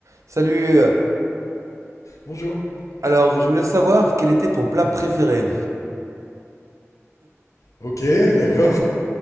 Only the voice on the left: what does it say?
Bonjour.
Ok, d'accord.